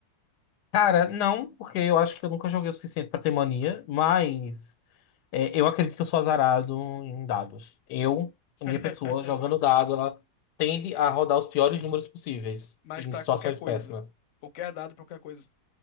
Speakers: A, on the left (about 85°); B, on the left (about 60°).
A: Cara, não, porque eu acho que eu nunca joguei o suficiente pra ter mania, mas é, eu acredito que eu sou azarado em dados. Eu,
B: <laughs>
A: a minha pessoa, jogando dado, ela tende a rodar os piores números possíveis
B: Mas
A: em
B: pra
A: situações
B: qualquer coisa.
A: péssimas.
B: Qualquer dado, pra qualquer coisa.